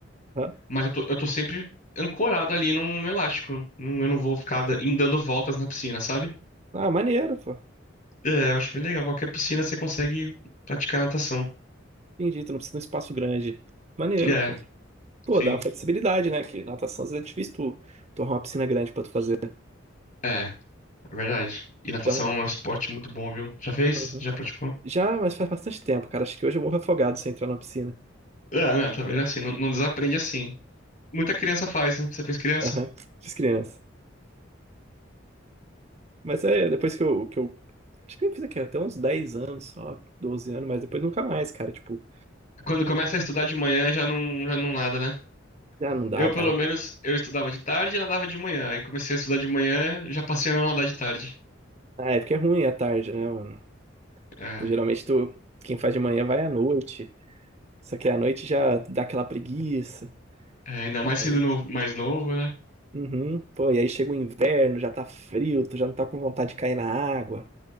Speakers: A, on the right (about 35°); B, on the left (about 40°).
A: Aham.
B: Mas eu tô, eu tô sempre ancorado ali num, num elástico. Não- Eu não vou ficar da- indo dando voltas na piscina, sabe?
A: Ah, maneiro, pô.
B: É, eu acho bem legal. Qualquer piscina você consegue praticar natação.
A: Entendi, tu não precisa de um espaço grande. Maneiro,
B: É,
A: pô. Pô,
B: sim.
A: dá uma flexibilidade, né? Que natação às vezes é difícil tu tu arrumar uma piscina grande pra tu fazer. né?
B: É, é verdade. E natação
A: Então,
B: é um esporte muito bom, viu? Já fez?
A: Uhum.
B: Já praticou?
A: Já, mas faz bastante tempo, cara. Acho que hoje eu morro afogado se eu entrar na piscina.
B: Ah, não, tá vendo assim? Não, não desaprende assim. Muita criança faz, né? Você fez criança?
A: Aham, Fiz criança. Mas é, depois que eu, que eu. Acho que eu fiz aqui até uns 10 anos, só 12 anos, mas depois nunca mais, cara. Tipo,
B: Quando começa a estudar de manhã já não, já não nada, né?
A: já não dá,
B: Eu, pelo
A: cara.
B: menos, eu estudava de tarde e nadava de manhã. Aí comecei a estudar de manhã, já passei a não nadar de tarde.
A: Ah, é porque é ruim à tarde, né, mano?
B: É,
A: Tipo, geralmente tu, quem faz de manhã vai à noite. Só que à noite já dá aquela preguiça.
B: é, ainda mais
A: Aí,
B: sendo novo- mais novo, né?
A: uhum, pô, e aí chega o inverno, já tá frio, tu já não tá com vontade de cair na água.